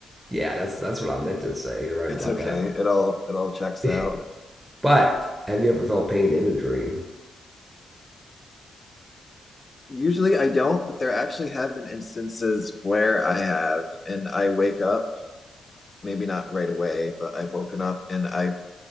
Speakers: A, on the right (about 20°); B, on the left (about 35°).
A: Yeah, that's
B: It's,
A: that's what I meant to say. You're right
B: it's
A: about
B: okay.
A: that
B: It all it all checks
A: one.
B: out.
A: <laughs> But have you ever felt pain in a dream?
B: Usually I don't, but there actually have been instances where I have, and I wake up, maybe not right away, but I've woken up and I've